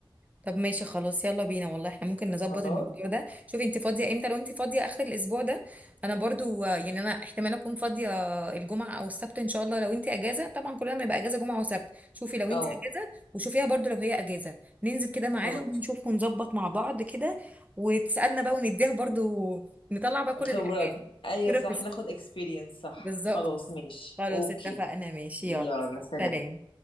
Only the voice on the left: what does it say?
خلاص
اه
خلاص
خبرات
ايوه
صح ناخد اكسبيرينس صح
خلاص ماشي
اوكي
يلا
سلام